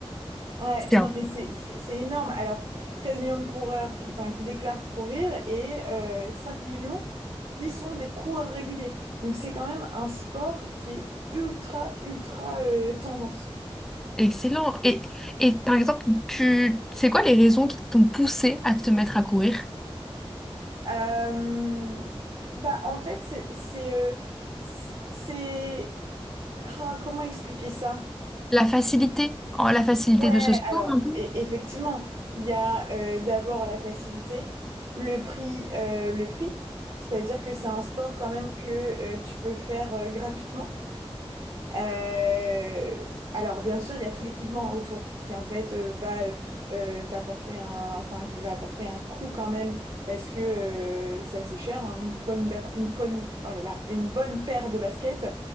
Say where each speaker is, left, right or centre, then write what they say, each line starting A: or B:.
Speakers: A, on the right (about 55°); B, in the centre.
A: Ouais,
B: C'est un
A: non, mais c'est c'est- c'est énorme. Alors, 13 millions de coureurs qui, enfin, qui déclarent courir et euh, 5 millions qui sont des coureurs réguliers. Donc, c'est quand même un sport qui est ultra, ultra euh, tendance.
B: Excellent. Et, et par exemple, tu c'est quoi les raisons qui t'ont poussé à te mettre à courir?
A: Euh, bah, en fait, c'est... C'est... euh, c'est... c'est- Ah, comment expliquer ça?
B: La facilité, en- la facilité
A: Ouais,
B: de ce sport
A: alors
B: un
A: e- effectivement, il y a euh, d'abord la facilité, le prix, euh, le prix, c'est-à-dire que c'est un sport quand même que euh, tu peux faire euh, gratuitement. Euh, alors bien sûr, il y a tout l'équipement autour qui en fait euh, va euh, euh, t'apporter un, enfin qui va apporter un coût quand même parce que euh, c'est assez cher, hein, une bonne, ber- une bonne, oh là là, une bonne paire de baskets.